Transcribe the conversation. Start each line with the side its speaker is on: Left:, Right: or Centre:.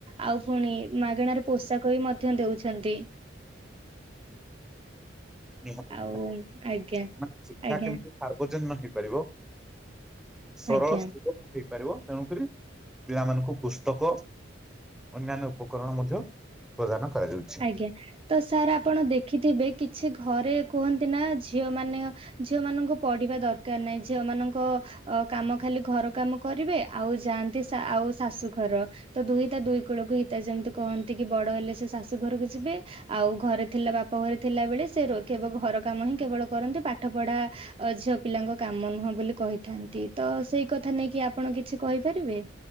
Right: ଆଉ ପୁଣି ମାଗେଣାରେ ପୋଷାକ ବି ମଧ୍ୟ ଦଉଛନ୍ତି।
Centre: ନିହତି
Right: ଆଉ
Centre: ନିହତି
Right: ଆଜ୍ଞା
Centre: ମାନେ ଶିକ୍ଷା
Right: ଆଜ୍ଞା
Centre: କେମିତି ସାର୍ବଜନୀନ ହେଇପାରିବ ସରଳ
Right: ଆଜ୍ଞା।
Centre: ସୁବିଧା ହେଇପାରିବ ତେଣୁକରି ପିଲାମାନଙ୍କୁ ପୁସ୍ତକ ଅନ୍ୟାନ୍ୟ ଉପକରଣ ମଧ୍ୟ ପ୍ରଦାନ କରାଯାଉଛି।
Right: ଆଜ୍ଞା ତ ସାର୍ ଆପଣ ଦେଖିଥିବେ କିଛି ଘରେ କୁହନ୍ତି ନା ଝିଅ ମାନେ ଝିଅ ମାନଙ୍କୁ ପଢିବା ଦରକାର ନାହିଁ ଝିଅମାନଙ୍କ ଅ କାମ ଖାଲି ଘର କାମ କରିବେ ଆଉ ଯାଆନ୍ତି ଅ ଆଉ ଶାଶୁଘର। ତ ଦୁହିତା ଦୁଇ କୂଳକୁ ହିତା ଯେମିତି କହନ୍ତି କି ବଡ ହେଲେ ସେ ଶାଶୁ ଘରକୁ ଯିବେ। ଆଉ ଘରେ ଥିଲା ବାପ ଘରେ ଥିଲା ବଳେ ସେ ରୋ ଘର କାମ ହିଁ କେବଳ କରନ୍ତି ପାଠ ପଢା ଅ ଝିଅ ପିଲାଙ୍କ କାମ ନୁହଁ ବୋଲି କହିଥାନ୍ତି ତ ସେଇ କଥା ନେଇକି ଆପଣ କିଛି କହିପାରିବେ।